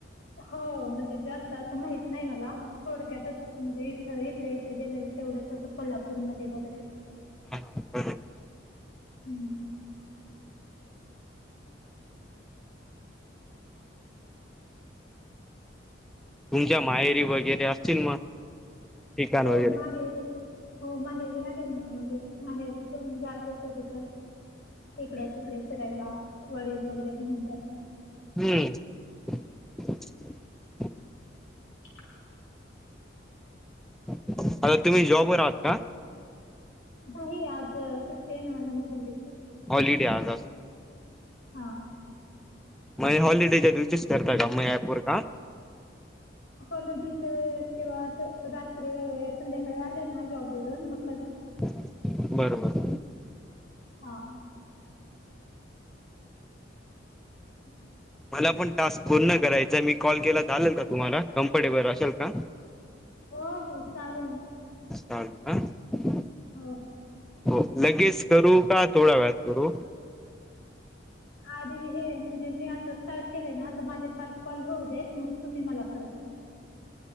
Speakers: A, on the left; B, in the centre.
A: हो म्हणजे जास्त असं माहित नाही मला थोडक्यात म्हणजे इथं इथल्या इथं गेलेलं तेवढंच असो कोल्हापूरमध्ये वगैरे
B: हा हा बर
A: हं.
B: तुमच्या माहेरी वगैरे असतील मग ठिकाण
A: हो
B: वगैरे
A: माहेरी हो माहेरी आहे ना म्हणजे माहेरी पण जाते कधी तर इकड्या तिकडे फिरायला वडील वगैरे घेऊन जातात
B: हम्म
A: <unintelligible>
B: आता तुम्ही जॉबर आहात का
A: नाही आज सुट्टते ना आम्ही मी घरीच हाय
B: हॉलिडे आज आस
A: हा
B: मय हॉलिडेच्या दिवशीच करता का मय यापवर काम
A: हॉलिडेच्या वेळेस किंवा असं रात्री वगैरे संध्याकाळी आले ना जॉबवरून मग करते
B: बरं बरं
A: हा हम्
B: मला पण टास्क पूर्ण करायचाय मी कॉल केला चालेल का तुम्हाला कम्फर्टेबल असेल का
A: हो हो चालेल ना
B: <unintelligible>
A: हो हो
B: हो लगेच करू का थोडा वेळात करू
A: आधी हे म्हणजे मी आता स्टार्ट केले ना तर माझे पाच कॉल होऊ देत मग तुम्ही मला परत करा